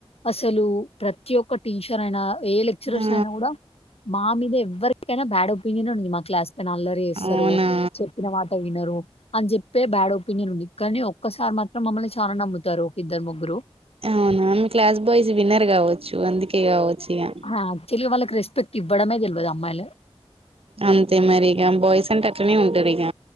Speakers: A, on the left; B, on the right.
A: అసలు ప్రతి ఒక్క టీచర్ అయినా ఏ లెక్చరర్స్
B: ఆ
A: అయినా కూడా మా మీద ఎవరికైనా బ్యాడ్ ఒపీనియన్ ఉది మా క్లాస్ న అల్లరు వేస్తారు
B: అవునా
A: చెప్పిన మాట వినరు అని చెప్పే బ్యాడ్ ఒపీనియన్ ఉంది ఇ కానీ ఒక్కసారి మాత్రం మమ్మల్ని చాలా నమ్ముతారు ఒక ఇద్దరు, ముగ్గురు.
B: అవునా ఆ క్లాస్ బాయ్స్ విన్నర్ కావచ్చు చ్చు అందుకే కావచ్చు ఇగ
A: యాక్చువల్గా వాళ్ళ రెపెక్ట్ ఇవ్వడమే తెలియదు అమ్మాయిల
B: అంతే మరి ఇక బాయ్స్ అంటే అట్లనే ఉంటారు ఇక